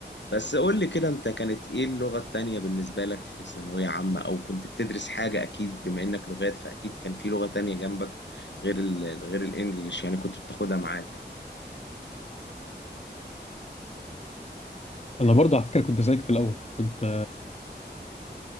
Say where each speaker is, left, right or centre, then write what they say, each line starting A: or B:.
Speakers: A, on the left; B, on the left.
A: بس قول لي كده انت كانت ايه اللغة التانية بالنسبة لك في ثانوية عامة او كنت بتدرس حاجة اكيد بما انك لغات فاكيد كان في لغة تانية جنبك غير ال غير الانجليش يعني كنت بتاخدها معاك
B: أنا برضه على فكرة كنت زيك في الأول كنت